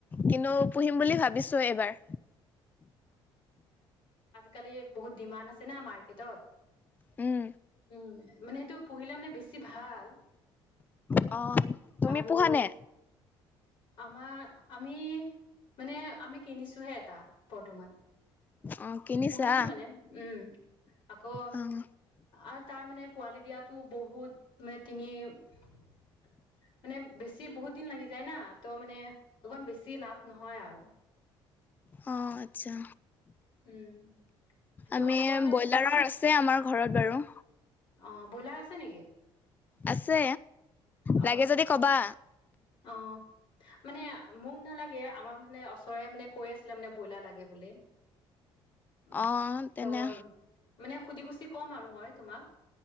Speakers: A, on the left; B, on the left.
A: কিন্তু পুহিম বুলি ভাবিছো এইবাৰ।
B: কালি বহুত ডিমাণ্ড আছে না মাৰ্কেটত।
A: উম।
B: উম মানে সেইটো পুহিলে মানে বেছি ভাল।
A: অ' তুমি
B: আৰু
A: পোহা নে?
B: আমাৰ আমি মানে আমি কিনিছোহে এটা বৰ্তমান।
A: অ' কিনিছা
B: পুহিছো মানে উম আকৌ
A: অ'।
B: আৰু তাৰ মানে পোৱালি দিয়াত তো বহুত মানে তিনি মানে বেছি বহুত দিন লাগি যায় না। তো মানে অকমান বেছি লাভ নহয় আৰু।
A: অহ আচ্ছা।
B: উম। তোমালোকৰ
A: আমি
B: মানে
A: ব্ৰইলাৰৰ আছে আমাৰ ঘৰত বাৰু
B: অ', ব্ৰইলাৰ আছে নেকি?
A: আছে।
B: অ',
A: লাগে যদি ক'বা
B: অ', মানে মোক নালাগে আমাৰ মানে ওচৰে মানে কৈ আছিলে মানে ব্ৰইলাৰ লাগে বুলি। অহ
A: অ' তেনে
B: ত', মানে সুধি কুছি কম আৰু মই তোমাক।